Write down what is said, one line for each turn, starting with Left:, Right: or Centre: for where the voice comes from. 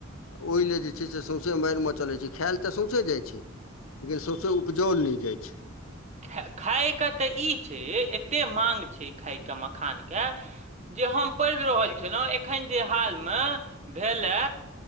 Left: ओहि ल जे छै से सौँसे मार चलै छै खायइल तऽ सौसे जाइ छै लेकिन सौसे उपजाओल नहि जाइ छै
Right: ख खायके तऽ ई छै एतेक माँग छै खायके मखानके जे हम पढ़ि रहल छलहुँ एखन जे हालमे भेलए